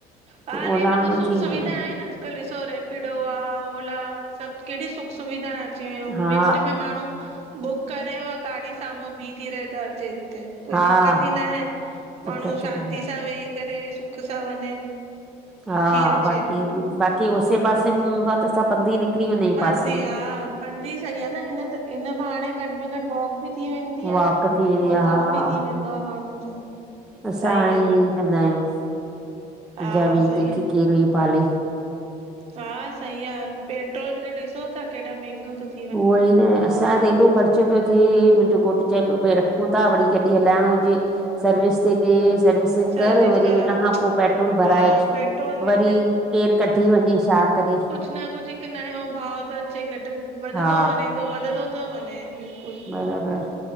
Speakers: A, on the right; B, in the centre.
A: हा, हे
B: ओला
A: बि त
B: में
A: सुख
B: थी
A: सुविधा
B: वेंदा
A: आहिनि अॼुकल्ह ॾिसो रेपिडो आ ओला सब केॾी सुख सुविधा आहे। अची वूं
B: हा
A: मिंट में माण्हू बुक करे गाॾी साम्हूं भी थी रहे दरजे। कोई
B: हा
A: दिक़्कत ही ना आहे माण्हू
B: दिक़त
A: शांती
B: कान्हे
A: सां वेही करे सुख सां वञे।
B: हा
A: थी अचे।
B: बाकी बाकी उसै पासे में हूंदो आ त असां पंध ही निकिरी वेंदा। आहियूं
A: पध
B: पासे
A: ही
B: में
A: हा पधी सही आ न हिन बाहाणे घट में घट वॉक बि थी वेंदी
B: वॉक
A: आ।
B: थी वेंदी
A: अउ
B: आहे
A: कम
B: हा
A: बि थी वेंदो आ माण्हूअ जो।
B: असां
A: सही
B: हाणे
A: आ
B: ईअं कंदा आहियूं
A: हा
B: अजाई वेही
A: सही
B: किल किल
A: आ
B: वई पाले।
A: हा सही आहे पेट्रोल बि त ॾिसो था केॾा महांगा थो थि
B: उहो ही न असांजो त एॾो ख़र्च पियो थिए मुंहिंजो घोटु चए पियो भाई रखूं था वरी कॾहिं हलाइणो हुजे सर्विस थीं ॾे सर्विस वरी
A: सर्विस
B: कर
A: करा
B: हुन खां पो पेट्रोल भराए
A: हा
B: अच
A: पेट्रोल बि
B: वरी केर कढी वञे छा करे।
A: कुछ न कुछ हिक नयो भाव थो अचे घट वधंदो
B: हा
A: थो वञे थो वधंदो थो वञे। बिल्कुलु
B: बराबर